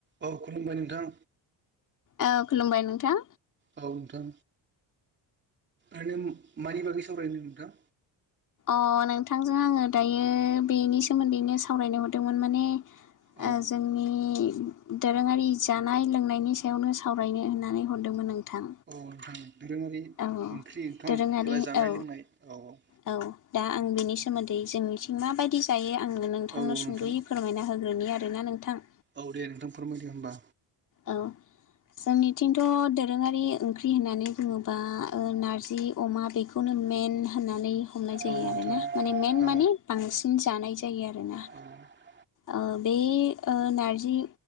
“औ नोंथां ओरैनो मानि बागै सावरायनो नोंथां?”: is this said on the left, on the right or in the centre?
Right